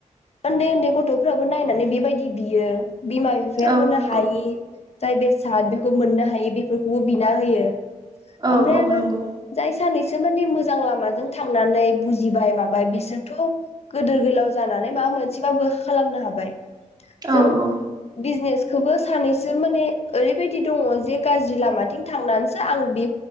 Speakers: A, on the left; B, on the right.
A: उनदै उनदै गथ'फ्राबो नायनानै बेबायदि बियो बिमा बिफाया
B: औ
A: होनो
B: नंगौ
A: हायि जाय बेसाद बेखौ मोननो हायि बेफोरखौबो बिना होयो
B: औ
A: ओमफ्राय
B: औ
A: आरो
B: नंगौ
A: जाय सानैसो माने मोजां लामाजों थांनानै बुजिबाय माबाय बिसोरथ' गोदोर गोलाव जानानै माबा मोनसेबाबो खालामनो हाबाय
B: औ
A: जों
B: औ
A: बिजनेस खौबो सानैसो माने ओरैबायदि दङ जे गाज्रि लामाथिं थांनानैसो आं बे